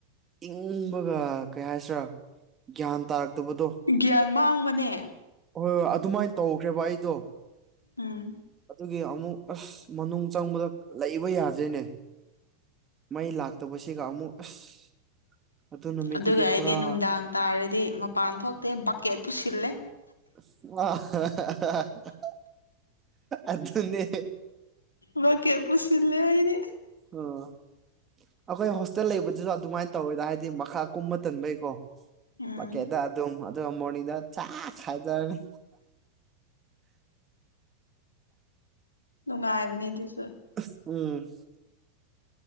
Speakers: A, on the right; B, on the left.
A: ꯏꯪꯕꯒ ꯀꯩ ꯍꯥꯏꯁꯤꯔꯥ ꯒ꯭ꯌꯥꯟ ꯇꯥꯔꯛꯇꯕꯗꯣ
B: ꯒ꯭ꯌꯥꯟ ꯃꯥꯡꯕꯅꯦ
A: ꯍꯣꯏ ꯍꯣꯏ ꯑꯗꯨꯃꯥꯏꯟ ꯇꯧꯈ꯭ꯔꯦꯕ ꯑꯩꯗꯣ
B: ꯎꯝ
A: ꯑꯗꯨꯒꯤ ꯑꯃꯨꯛ ꯑꯁ ꯃꯅꯨꯡ ꯆꯪꯕꯗ ꯂꯩꯕ ꯌꯥꯗ꯭ꯔꯦꯅꯦ ꯃꯩ ꯂꯥꯛꯇꯕꯁꯤꯒ ꯑꯃꯨꯛ ꯑꯁ ꯑꯗꯨ ꯅꯨꯃꯤꯠꯇꯨꯗꯤ
B: ꯑꯗꯨꯒ
A: ꯄꯨꯔꯥ
B: ꯑꯩꯗꯤ ꯅꯨꯡꯗꯥꯡ ꯇꯥꯔꯗꯤ ꯃꯄꯥꯟ ꯊꯣꯛꯇꯦ ꯕꯛꯀꯦꯠ ꯄꯨꯁꯤꯜꯂꯦ
A: ꯑꯍꯥꯍꯥꯍꯥ ꯑꯗꯨꯅꯦ
B: ꯂꯣꯀꯦꯠ ꯄꯨꯁꯤꯂꯦ ꯑꯩꯗꯤ
A: ꯑꯥ ꯑꯈꯣꯏ ꯍꯣꯁꯇꯦꯜ ꯂꯩꯕꯗꯨꯗ ꯑꯗꯨꯃꯥꯏꯅ ꯇꯧꯋꯦꯗ ꯍꯥꯏꯗꯤ ꯃꯈꯥ ꯀꯨꯝꯕ ꯇꯟꯕꯩꯀꯣ
B: ꯎꯝ
A: ꯕꯥꯀꯦꯠꯇ ꯑꯗꯨꯝ ꯑꯗꯨꯒ ꯃꯣꯔꯅꯤꯗ ꯆꯥꯛ ꯈꯥꯏꯖꯔꯅꯤ
B: ꯅꯨꯡꯉꯥꯏꯕꯅꯦ ꯑꯗꯨꯖꯨ
A: ꯑꯁ ꯎꯪ